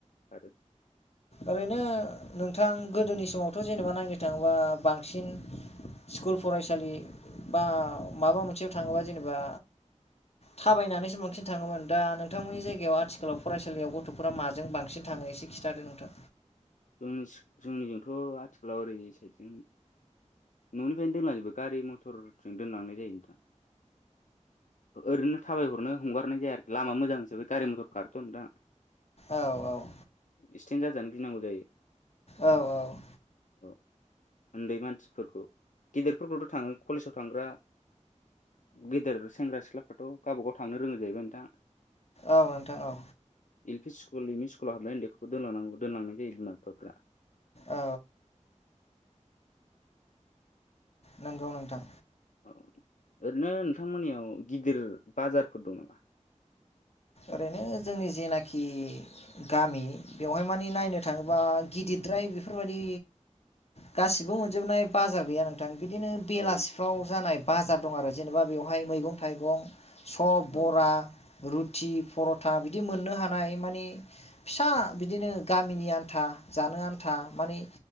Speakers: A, on the left; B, on the left.
A: आरो।
B: ओरैनो नोंथां गोदोनि समावथ जेनेबा नायनो थाङोबा बांसिन। स्कुल फरायसालि बा माबा मोनसेयाव थाङोबा जेनेबा। थाबायनानैसो बांसिन थाङोमोन दा नोंथांमोननि जायगायाव आथिखालाव फरायसालियाव गथ'फोरा माजों बांसिन थाङो। ओ एसे खिन्थादो नोंथां।
A: जों जोंनिजोंथ आथिखालाव ओरै साइदजों। न'निफ्रायनो दैमाजोबो गारि मथरजों दोनलांनाय जायो नोंथां। ओरैनो थाबायहरनो हंगारनाय जाया आरोखि लामा मोजां हिसाबै गारि मथर खारोथ' नोंथां।
B: औ औ।
A: एक्सिडेन्ट जाजानो गिनांगौ जायो।
B: औ औ।
A: औ उन्दै मानसिफोरखौ गेदेरफोरखौथ थाङो कलेजाव थांग्रा। गेदेर सेंग्रा सिख्लाफ्राथ गावबाागाव थांनो रोङो जाहैबाय नोंथां।
B: औ नोंथां औ।
A: L P school M E स्कुलाव हाबनाय उन्दैखौ दोनलांनांगौ दोनलांनाय जायो बिमा-बिफाफोरा।
B: औ नंगौ नोंथां।
A: औ ओरैनो नोंथांमोननियाव गिदिर बाजारफोर दं नामा।
B: ओरैनो जोंनि जेनाखि गामि बेवहाय मानिे नायनो थाङोबा गिदिर। फ्राय बेफोरबायदि गासिबो मोनजोबनाय बाजार गैया नोंथां। बिदिनो बेलासिफ्राव
A: औ
B: जानाय बाजार दं आरो जेनेबा बेवहाय मैगं-थाइगं। सब बरा
A: औ
B: रु थि परथा बिदि मोननो हानाय माने फिसा बिदिनो गामिनि आन्था जा आनथा माने